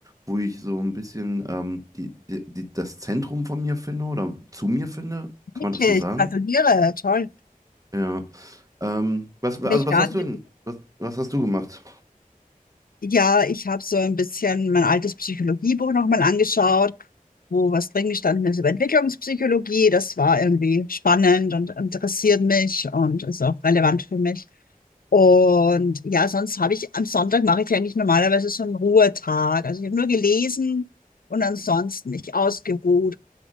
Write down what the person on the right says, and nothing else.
wo ich so ein bisschen ähm, die, die, die, das Zentrum von mir finde oder zu mir finde. Kann
man das so sagen?
Ja. Ähm, was, also
was
hast du denn? Was, was hast du gemacht?